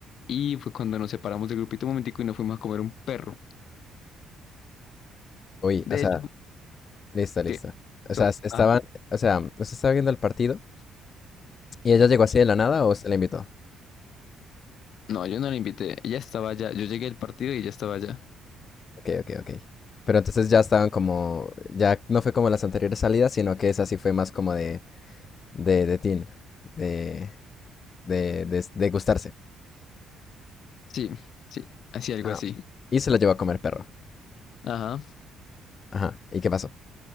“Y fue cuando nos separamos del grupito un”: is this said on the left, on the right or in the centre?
Left